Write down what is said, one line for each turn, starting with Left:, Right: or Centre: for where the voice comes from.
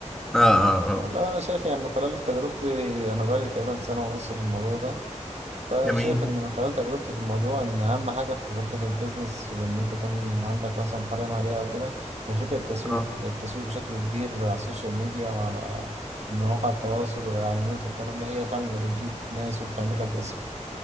Centre: آه آه آه
Right: والله انا شايف يعني من خلال تجربتي انا بقالي تقريبا سنه ونص في الموضوع ده فشايف
Centre: جميل
Right: إن من خلال تجربتي في الموضوع إن أهم حاجة في فكرة البيزنس وإن أنت يكون عندك مثلا حرية مالية أو كده هي فكرة التسويق،
Centre: آه.
Right: التسويق بشكل كبير على السوشيال ميديا وعلى مواقع التواصل والإعلانات والكلام ده هي فعلا اللي بتجيب ناس وبتعمل لك اسم